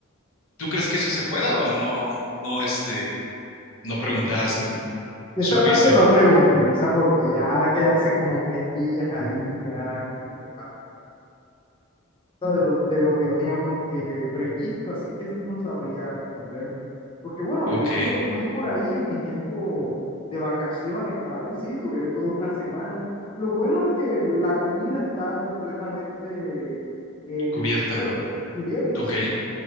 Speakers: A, on the left; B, on the left.
A: ¿tú crees que eso se pueda o no, no, este, No preguntaste, no
B: De
A: supiste.
B: esta parte no pregunté, ¿sabes? Porque ya quedarse como tres días ahí, ya como que pasa. de lo, de lo que yo tenía pro- eh, previsto, así que sí no sabría responderte. Porque bueno,
A: Ok,
B: yo cuando fui por ahí en mi tiempo de vacaciones, tal, sí, duré toda una semana. Lo bueno es que la comida está completamente eh, en
A: cubierta.
B: el crucero, cubierto,
A: Ok.
B: sí.